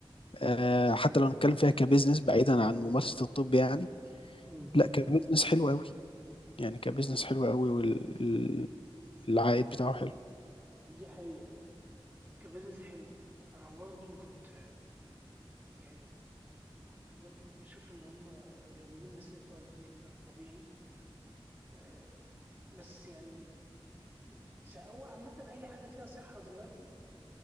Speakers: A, on the left (about 65°); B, on the right (about 20°).
A: آآ حتى لو هنتكلّم فيها كbusiness بعيدًا عن ممارسة الطب يعني،
B: امم
A: لأ كbusiness حلو أوي، يعني كbusiness حلو أوي وال
B: امم
A: ال العائد بتاعه حلو.
B: دي حقيقة كبزنس حلو انا برضو كنت يعني كنت برضو بشوف ان هم غاليين بس انت قلت لي ان ده الطبيعي آه، بس يعني مش هو عامة اي حاجة فيها صحة دلوقتي